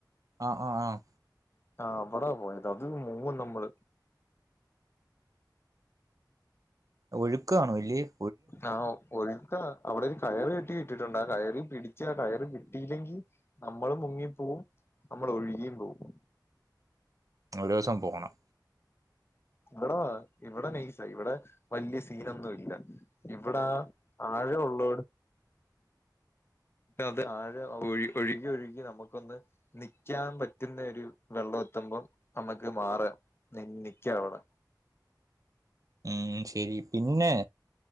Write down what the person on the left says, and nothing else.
ആ അവിടാ പോയത് അത് മൂന്നും നമ്മള്-
ആഹ ഒഴുക്ക അവിടെ ഒരു കയറ് കെട്ടി ഇട്ടിട്ടുണ്ട് ആ കയറി പിടിച്ച ആ കയറ് കിട്ടിയില്ലെങ്കിൽ- നമ്മള് മുങ്ങി പോവും, നമ്മള് ഒഴുകിയും പോവും.
ഇവിടെ ഇവിടെ നൈസാ ഇവിടെ വലിയ സീനൊന്നും ഇല്ല ഇവിടെ ആഴ ഉള്ള അത് ആഴം, ഒഴുകി ഒഴുകി നമുക്കൊന്ന്- നിക്കാൻ പറ്റുന്ന ഒരു വെള്ളം എത്തുമ്പം നമ്മുക്ക് മാറാം നിക്കാം അവിടെ